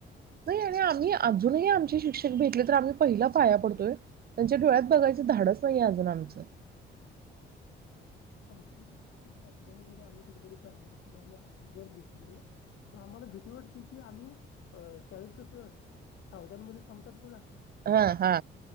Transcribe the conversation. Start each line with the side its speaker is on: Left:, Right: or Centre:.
Right: नाही आणि आम्ही अजूनही आमचे शिक्षक भेटले तर आम्ही पहिला पाया पडतोय. त्यांच्या डोळ्यात
Left: बाहेर.
Right: बघायचं धाडस नाहीये अजून आमचं
Left: <unintelligible> आमची शिक्षित रस्त्यानं जरी आम्ही कुठेतरी त्यांना <unintelligible> दिसले तर आम्हाला भीती वाटते की आम्ही अ शाळेत कसं साऊधानमध्ये थांबतात बघा
Right: हा हा.